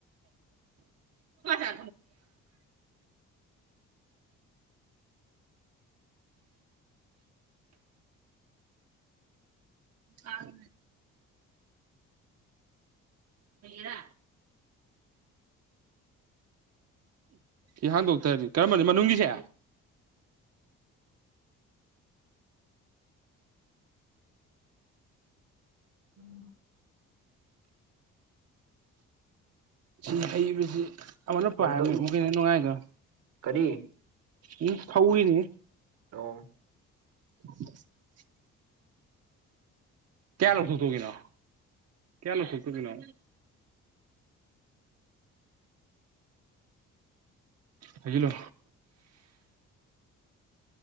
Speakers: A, on the right (about 55°); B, on the right (about 80°).
A: ꯌꯥ ꯑ ꯔ ꯏ ꯍꯥꯡꯗꯣꯛꯇꯔꯗꯤ ꯀꯔꯝꯕꯅꯤ ꯃꯅꯨꯡꯒꯤꯁꯦ
B: ꯎꯝ
A: ꯁꯤꯅ ꯍꯩꯕꯁꯤ ꯑꯃꯅ
B: ꯐꯧꯗ
A: ꯄꯥꯏꯕꯅꯤ
B: ꯎ
A: ꯑꯃꯨꯒꯤꯅ ꯅꯨꯡꯉꯥꯏꯗꯣ
B: ꯀꯔꯤ
A: ꯎꯝ ꯐꯧꯏꯅꯤ
B: ꯑꯣ
A: <inaudible> ꯀꯌꯥ ꯂꯣ ꯊꯨ ꯇꯨ ꯀꯅꯣ ꯀ ꯂꯨ ꯊꯨ ꯇꯨ ꯀꯅꯣ ꯍꯥꯏꯖꯤꯂꯣ